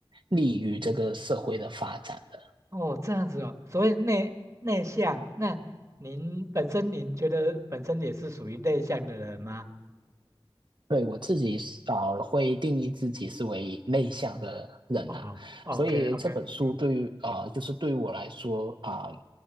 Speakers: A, on the right; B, on the right.
A: 利于这个社会的发展的。
B: 哦，这样子哦，所谓内内向，那您本身您觉得本身也是属于内向的人吗？
A: 对，我自己是啊、呃会定义自己是为内向的人呐、
B: 哦，OK
A: 所以这本书对于呃，
B: OK，嗯
A: 就是对于我来说啊、呃